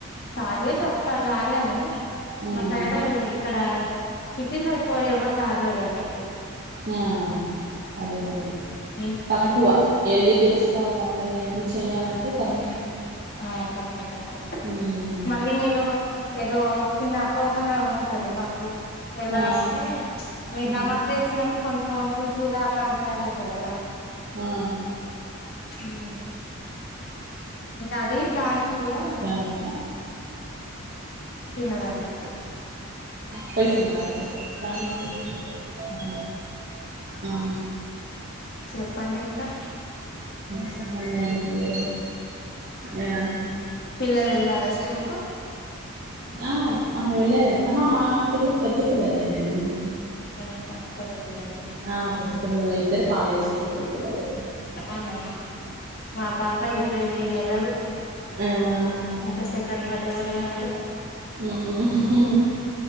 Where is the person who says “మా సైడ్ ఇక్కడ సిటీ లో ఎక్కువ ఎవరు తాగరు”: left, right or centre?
Left